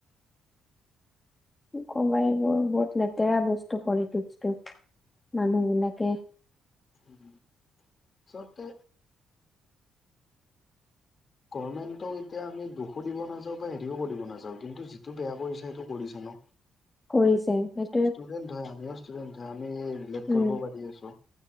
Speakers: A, on the left; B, on the left.
A: কবাই এইবোৰ বহুত লেতেৰা বস্তু পলিটিক্সটো, মানুহ বিলাকে
B: উম উম আচলতে গভৰ্মেণ্টক এতিয়া আমি দোষো দিব নাযাওঁ বা হেৰিও কৰিব নাযাওঁ কিন্তু যিটো বেয়া কৰিছে হেইটো কৰিছে ন।
A: কৰিছে সেইটো।
B: ষ্টুডেন্ট ধৰা আমিও ষ্টুডেন্ট হয় আমি ৰিলেট
A: উম,
B: কৰিব পাৰি আছো।